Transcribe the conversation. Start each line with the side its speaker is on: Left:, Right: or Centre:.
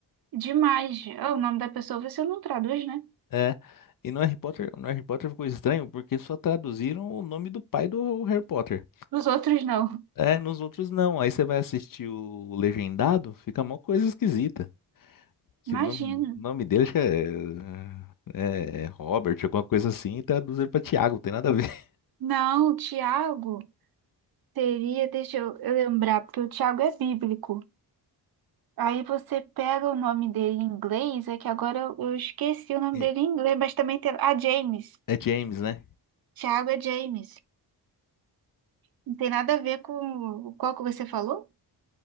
Right: Demais. Ah, O nome da pessoa você não traduz, né?
Left: É. E no Harry Potter, no Harry Potter ficou estranho porque só traduziram o nome do pai do Harry Potter.
Right: Os outros não.
Left: É, nos outros não. Aí você vai assistir o legendado, fica uma coisa esquisita. Que
Right: Imagina.
Left: o nome, o nome dele acho que é, é é Robert, alguma coisa assim, e traduz ele pra Tiago, não tem nada a ver. <laughs>
Right: Não, Tiago seria, deixa eu eu lembrar, porque o Tiago é bíblico. Aí você pega o nome dele em inglês, é que agora eu, eu esqueci o nome
Left: É,
Right: dele em inglês, mas também tem. Ah, James.
Left: é James, né?
Right: Thiago é James. Não tem nada a ver com qual que você falou?